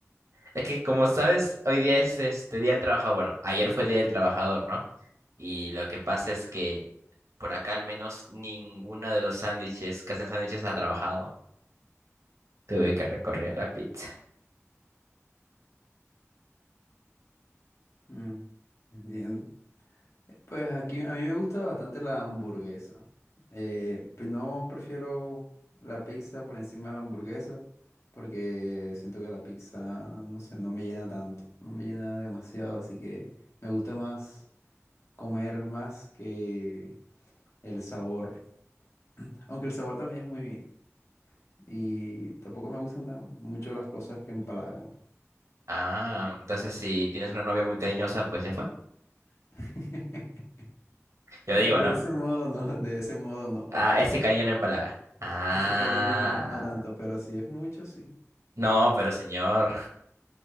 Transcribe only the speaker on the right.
Es que como sabes, hoy día es este Día del Trabajador. Bueno, ayer fue Día del Trabajador, ¿no? Y lo que pasa es que por acá al menos ninguna de los sándwiches que hacen sándwiches ha trabajado. Tuve que recorrer a la pizza.
Ah, entonces si tienes una novia muy cariñosa, pues ya fue.
Yo digo,
¿no?
Ah, ese cariño no empalaga. Ah,
no, pero señor.